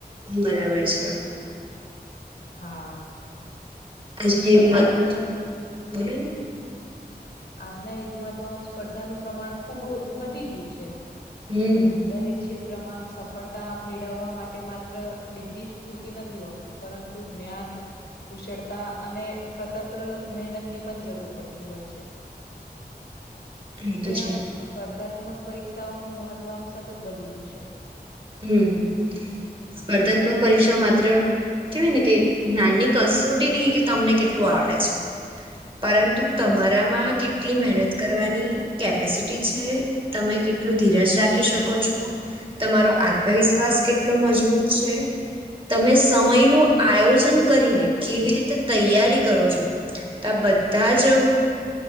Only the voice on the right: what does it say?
બરાબર છે.
આજના
યુગમાં
તો-
બોલો ને
હમ.
એ તો છે
હ, મ સ્પર્ધાત્મક પરીક્ષા માત્ર કેવાય ને કે, નાની કસોટી નહીં, કે તમને કેટલું આવડે છે. પરંતુ તમારામાં કેટલી મહેનત કરવાની કેપેસિટી છે. તમે કેટલું ધીરજ રાખી શકો છો, તમારો આત્મવિશ્વાસ કેટલો મજબૂત છે. તમે સમય નું આયોજન કરીને કેવી રીતે તૈયારી કરો છો? તો આ બધા જ